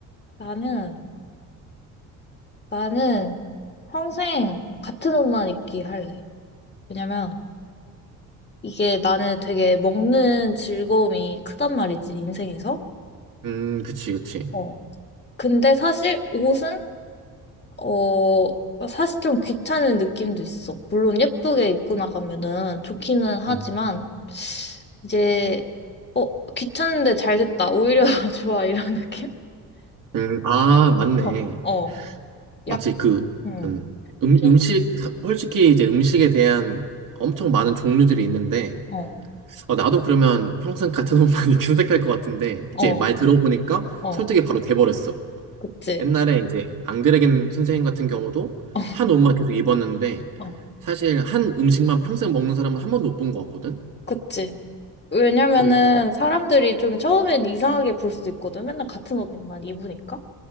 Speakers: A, on the left; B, on the right.
A: 나는 나는 평생 같은 옷만 입기 할래. 왜냐면 이게 나는 되게 먹는 즐거움이 크단 말이지, 인생에서.
B: 음, 그치, 그치.
A: 어. 근데 사실 옷은, 어, 사실 좀 귀찮은 느낌도 있어. 물론 예쁘게 입고 나가면은 좋기는 하지만,
B: 음.
A: 이제, 어, 귀찮은데 잘 됐다. 오히려 <laughs> 좋아. 이런 느낌?
B: 음, 아, 맞네.
A: 어, 어.
B: 마치
A: 약,
B: 그,
A: 음.
B: 음, 음,
A: 좀-
B: 음식, 솔직히 이제 음식에 대한 엄청 많은 종류들이 있는데,
A: 어,
B: 어, 나도 그러면 평생 같은 옷만 <laughs> 이렇게 선택할 것 같은데,
A: 어,
B: 이제 말 들어보니까
A: 어.
B: 설득이 바로 돼버렸어.
A: 그치.
B: 옛날에 이제 앙드레겐 선생님 같은 경우도
A: <laughs>
B: 한 옷만 계속 입었는데,
A: 어,
B: 사실 한 음식만 평생 먹는 사람은 한 번도 못 본 것 같거든?
A: 그치. 왜냐면은
B: 그리고,
A: 사람들이 좀 처음엔 이상하게 볼 수 있거든. 맨날 같은 옷만 입으니까.